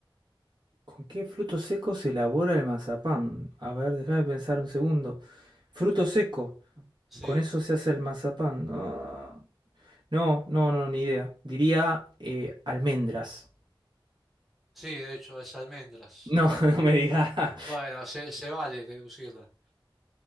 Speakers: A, on the right; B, in the centre.
A: ¿Con qué fruto seco se elabora el mazapán? A ver, déjame pensar un segundo. Fruto seco,
B: Sí,
A: con eso se hace el mazapán. Ah, No, no, no, ni idea. Diría eh, almendras.
B: sí, de hecho es almendras.
A: No, <laughs> no
B: Así que,
A: me digas.
B: bueno, se, se vale deducirla.